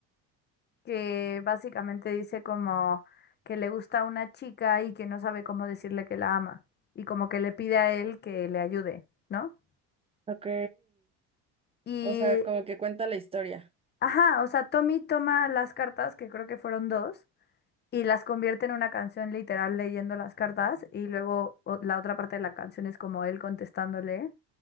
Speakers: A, on the left; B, on the right.
A: que básicamente dice como que le gusta una chica y que no sabe cómo decirle que la ama. Y como que le pide a él que le ayude, ¿no?
B: Ok,
A: Y
B: o sea, como que cuenta la historia.
A: Ajá, o sea, Tommy toma las cartas, que creo que fueron dos, y las convierte en una canción literal leyendo las cartas, y luego o- la otra parte de la canción es como él contestándole,